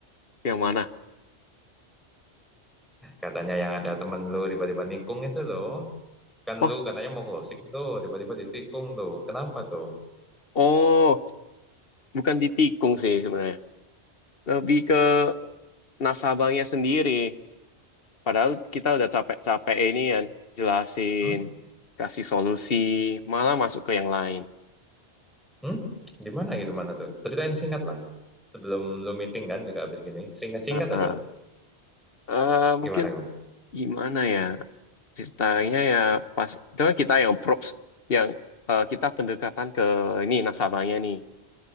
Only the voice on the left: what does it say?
Yang mana?
Oh,
oh, bukan ditikung sih sebenarnya. Lebih ke nasabahnya sendiri. Padahal kita udah capek-capek ini kan, jelasin,
kasih solusi, malah masuk ke yang lain.
Heeh.
Eh, mungkin
gimana ya ceritanya ya pas itu kan kita yang props yang eh, kita pendekatan ke ini nasabahnya nih